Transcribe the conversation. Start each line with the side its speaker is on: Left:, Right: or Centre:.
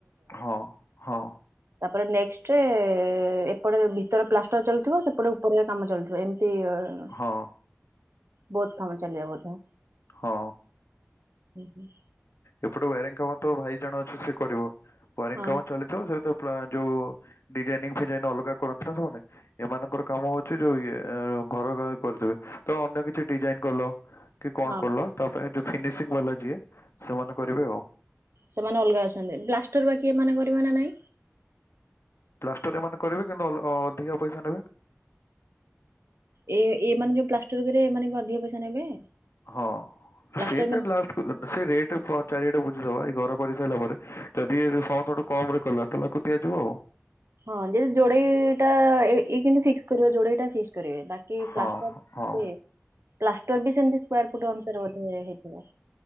Left: ହଁ ହଁ।
Right: ପରେ ନେକ୍ଟରେ, ଏପଟେ ଭିତରେ ପ୍ଲାଷ୍ଟର ଚାଲୁଥିବ। ସେପଟେ ଉପର କାମ ଚାଲୁଥିବ ଏମତି। ତିଅର।
Left: ହଁ
Right: ବହୁତ କାମ ଚାଲିବ ବୋଧେ?
Left: ହଁ।
Right: ହୁଁ ହୁଁ।
Left: ଏପଟେ ୱାରିଙ୍ଗ କାମ ତ ଭାଇ ଜଣ ଅଛି ସେ କରିବ। ୱାରିଙ୍ଗ
Right: ହଁ
Left: କାମ ଚାଲିଥିବ ସେ ତ ପା ଯୋଉ ଡିଜାଇନିଂ ଫିଜାଇନ ଅଲଗା କରନ୍ତି ନା। ସେମାନେ ଏମାନଙ୍କର କାମ ହଉଛି ଯୋଉ ଇଏ ଘର କରିଦେବେ ତ ଅନ୍ୟ କିଛି ଡିଜାଇନ କଲ। କି କଣ
Right: ହଁ
Left: କଲ ତା ପାଇଁ ଯେ ଫିନିସିଂ ବାଲା ଯିଏ ସେମାନେ କରିବେ ଆଉ
Right: ସେମାନେ ଅଲଗା ଅଛନ୍ତି। ପ୍ଲୀଷ୍ଟର ବାକି ଏମାନେ ସି ବନା ନାହିଁ?
Left: ପ୍ଲାଷ୍ଟର ଏମାନେ କରିବେ କିନ୍ତୁ ଅ ଅଧିକା ପଇସା ନେବେ।
Right: ଏ ଏ ମାନେ ଯୋଉ ପ୍ଲାଷ୍ଟରରେ କରିବେ, ଏମାନେ କଣ ଅଧିକ ପଇସା ନେବେ?
Left: ହଁ
Right: ବ୍ଲାଷ୍ଟର
Left: ସେ ଟା ଲାଷ୍ଟ କୁ ଦେବେ। ସେ ରେଟ ଚାରିଆଟା ବୁଝିଦବା। ଏଇ ଘର କରିସାରିଲା ପରେ ଯଦି ଏ <unintelligible> କମ ରେ କଲା ତାହେଲେ ତାକୁ ଦିଆଯିବ ଆଉ।
Right: ହଁ ଯଡି ଯୋଡେଇ ଟା ଏ କିନ୍ତୁ ଫିକ୍ସ କରଵ। ଯୋଡେଇଟା ଫିକ୍ସ ରେ ବାକି ପ୍ଲାଷ୍ଟର
Left: ହଁ ହଁ
Right: ବେ ପ୍ଲାଷ୍ଟର୍ ବି ସେମିତି ସ୍କ୍ୱାର ଫୁଟ ଅନୁସରେ ବୋଧ ହେଇଥିବ।